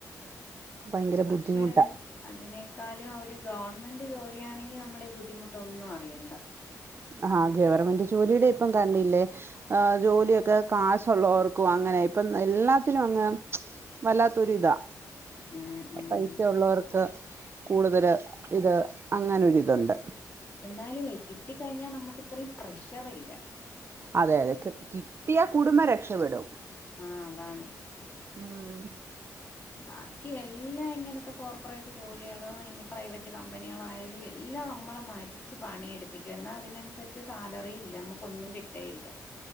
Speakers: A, on the right; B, on the left.
A: ഭയങ്കര
B: പക്ഷേ
A: ബുദ്ധിമുട്ടാ
B: അതിനേക്കാലും അവര് ഗവൺമെന്റ് ജോലിയാണെങ്കിൽ നമ്മള്ഈ ബുദ്ധിമുട്ടൊന്നും അറിയണ്ട
A: ആഹ ഗവർമെന്റ്ജോലിയുടെ ഇപ്പം കണ്ടില്ലേ ആജോലിയൊക്കെ കാശുള്ളോർക്കും അങ്ങനെ ഇപ്പം എല്ലാത്തിനും അങ്ങ് വല്ലാത്തൊരു ഇതാ
B: ഉം ഉം
A: പൈസ ഉള്ളോർക്ക് കൂടുതല് ഇത് അങ്ങനൊരിതുണ്ട്
B: എന്നാലും ഇകിട്ടിക്കഴിഞ്ഞാൽ നമുക്ക് ഇത്രയും പ്രഷർഇല്ല
A: അതെ യതെ കിട്ടിയ കുടുംബം രക്ഷപ്പെടും
B: ആ അതാണ്.
A: ഉം,
B: ബാക്കി എല്ലാ ഇങ്ങനത്തെ കോർപ്പറേറ്റ് ജോലികളാ പ്രൈവറ്റ് കമ്പനികള - ല്ല നമ്മളെമരിച്ച് പണിയടുപ്പിക്കും എന്നാ അതിനനുസരിച്ച് സാലറി ഇല്ല നമ്മുക്കൊന്നും കിട്ടേയില്ല.